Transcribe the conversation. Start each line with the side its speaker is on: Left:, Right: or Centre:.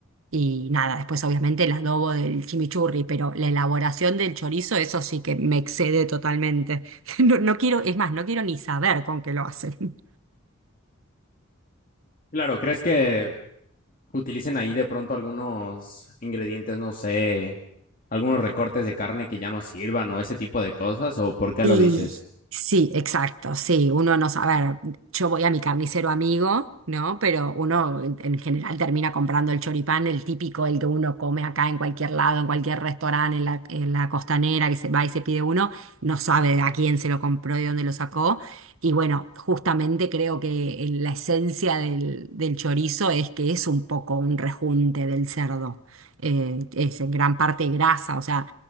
Right: y nada, después obviamente el adobo del chimichurri, pero la elaboración del chorizo, eso sí que me excede totalmente. <laughs> No, no quiero, es más, no quiero ni saber con qué lo hacen.
Left: Claro, ¿crees que utilicen ahí de pronto algunos ingredientes, no sé, algunos recortes de carne que ya no sirvan o ese tipo de cosas, o por qué
Right: Y
Left: lo dices?
Right: sí, exacto, sí, uno no sabe, a ver, yo voy a mi carnicero amigo, ¿no? Pero uno en, en general termina comprando el choripán, el típico, el que uno come acá en cualquier lado, en cualquier restaurante, en la, en la costanera, que se va y se pide uno, no sabe a quién se lo compró y dónde lo sacó. Y bueno, justamente creo que el- la esencia del, del chorizo es que es un poco un rejunte del cerdo. Eh, es en gran parte grasa, o sea